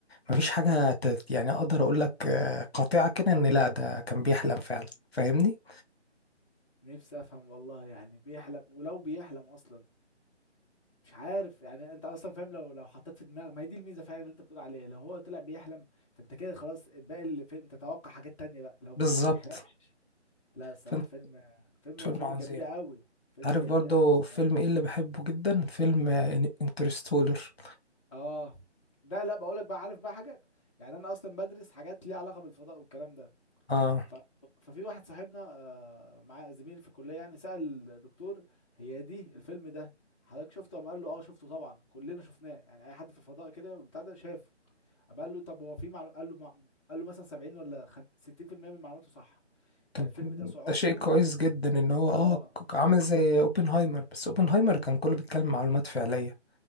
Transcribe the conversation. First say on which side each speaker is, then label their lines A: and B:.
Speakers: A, on the left; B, on the left.
A: مفيش حاجه ت... يعني اقدر اقول لك آه، قاطعه كده ان لا ده كان بيحلم فعلا فاهمني
B: نفسي افهم والله يعني بيحلم ولو بيحلم اصلا مش عارف يعني انت اصلا فاهم لو لو حطيت في دماغك ما هي دي الميزه فعلا اللي انت بتقول عليها لو هو طلع بيحلم فانت كده خلاص باقي الفيلم تتوقع حاجات تانية بقى لو
A: بالظبط
B: ما بيحلمش لا الصراحه
A: فانت
B: فيلم فيلم من
A: فيلم
B: الافلام
A: عظيم
B: الجميله قوي فيلم
A: عارف
B: جميل
A: برضو
B: قوي الصراحه
A: فيلم ايه اللي بحبه جدا فيلم انترستولر
B: اه ده لا بقولك بقى عارف بقى حاجه يعني انا اصلا بدرس حاجات ليها علاقه بالفضاء والكلام ده
A: اه
B: ف... ففي واحد صاحبنا آه مع زميلي في الكليه يعني سأل دكتور هي دي الفيلم ده حضرتك شفته قام قال له اه شفته طبعا كلنا شفناه يعني اي حد في الفضاء كده بتاع ده شافه قام قال له طب هو في معلومه قال له مع... قال له مثلا 70 ولا خم... 60% من معلوماته صح
A: طب
B: يعني الفيلم ده صعوبته
A: ده شيء كويس جدا ان هو اه
B: اه
A: ك- عامل زي اوبنهايمر بس اوبنهايمر كان كله بيتكلم معلومات فعلية